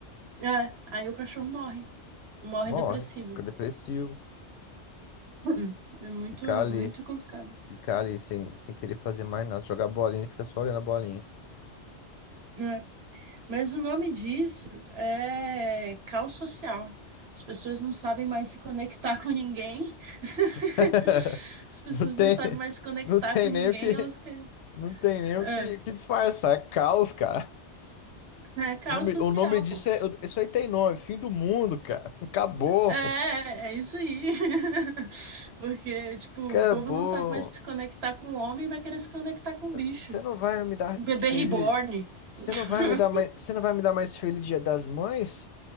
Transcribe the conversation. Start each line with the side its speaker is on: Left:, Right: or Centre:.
Right: É, aí o cachorro morre. Morre
Left: Morre,
Right: depressivo.
Left: fica depressivo,
Right: <laughs> Hum, É muito,
Left: fica ali,
Right: muito complicado.
Left: fica ali sem, sem querer fazer mais nada. Jogar bolinha, ele fica só olhando a bolinha.
Right: É. Mas o nome disso é caos social. As pessoas não sabem mais se conectar com ninguém. <laughs>
Left: <laughs>
Right: As pessoas
Left: Não tem,
Right: não sabem mais se conectar
Left: não tem
Right: com ninguém,
Left: nem o que,
Right: elas querem.
Left: não tem nem
Right: É,
Left: o que, o que disfarçar. É caos, cara.
Right: é caos
Left: O nome,
Right: social,
Left: o nome disso
Right: pô.
Left: é, isso aí tem nome, fim do mundo, cara. Acabou.
Right: É, é isso aí. <laughs> Porque, tipo,
Left: Acabou.
Right: o povo não sabe mais se conectar com o homem, vai querer se conectar com o bicho.
Left: Você não vai me dar
Right: Um bebê
Left: feliz.
Right: reborn.
Left: Você
Right: <laughs>
Left: não vai me dar mais. Você não vai me dar mais feliz Dia das Mães?